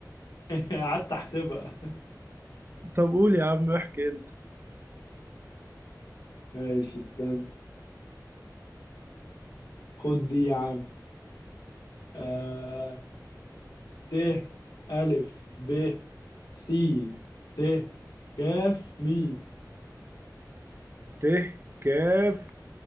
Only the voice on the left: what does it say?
<laughs> قعدت احسبها
ماشي استنى خد دي يا عم آه... ت ألف ب س ت كاف ميم